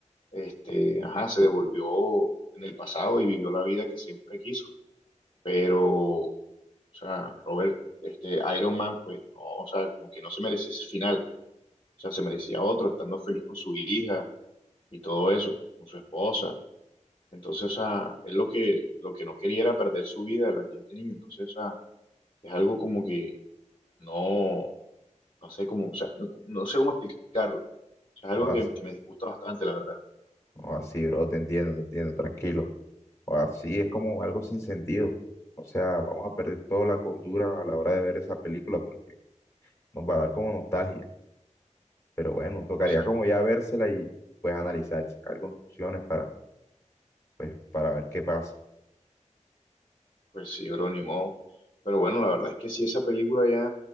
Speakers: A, on the left; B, on the left.
A: este, ajá, se devolvió en el pasado y vivió la vida que siempre quiso. Pero o sea, Robert, este, Iron Man, pues no, o sea, como que no se merecía ese final. O sea, se merecía otro, estando feliz con su hija y todo eso, con su esposa. Entonces, o sea, él lo que, lo que no quería era perder su vida, la que ya tenía. Entonces, o sea, es algo como que no, no sé cómo, o sea, no, no sé cómo explicarlo. O sea, es algo
B: O
A: que, que me disgusta bastante, la verdad.
B: así, bro, te entiendo, te entiendo, tranquilo. O así es como algo sin sentido. O sea, vamos a perder toda la cordura a la hora de ver esa película porque nos va a dar como nostalgia. Pero bueno, tocaría
A: Exacto.
B: como ya vérsela y pues analizar y sacar conclusiones para pues para ver qué pasa.
A: Pues sí, bro, ni modo. Pero bueno, la verdad es que si esa película ya